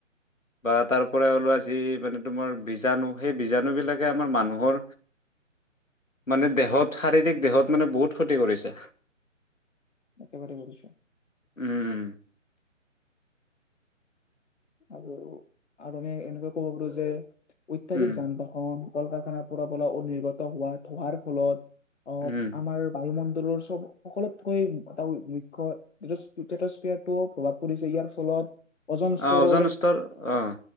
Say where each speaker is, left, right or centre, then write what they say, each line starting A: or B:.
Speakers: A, on the left; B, on the left.
A: বা তাৰ পৰা ওলোৱা যি মানে তোমাৰ বীজাণু সেই বীজাণু বিলাকে আমাৰ মানুহৰ মানে দেহত শাৰীৰিক দেহত মানে বহুত ক্ষতি কৰিছে।
B: একেবাৰে কৰিছে ।
A: উম-উম।
B: আৰু-আৰু আমি এনে ক'ব পাৰো যে অত্যাধিক
A: উম,
B: যান-বাহন। কল-কাৰখানা পৰা ওলোৱা অনিৰ্গত হোৱাত ধোঁৱাৰ ফলত অ'
A: উম,
B: আমাৰ বায়ুমণ্ডল সকলোতকৈ এটা মুখ্য তেটচপিয়াৰ প্ৰভাৱ পৰিছে ইয়াৰ ফলত অজন স্তৰৰ
A: অ', ওজন স্তৰ অ',